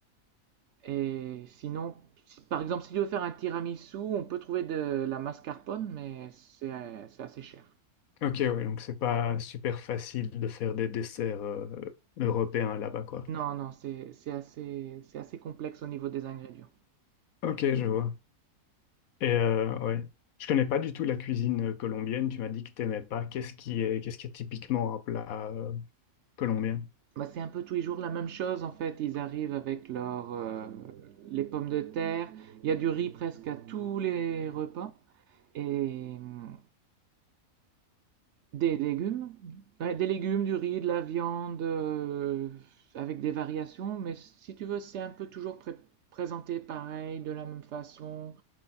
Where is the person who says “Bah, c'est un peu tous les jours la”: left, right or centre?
Right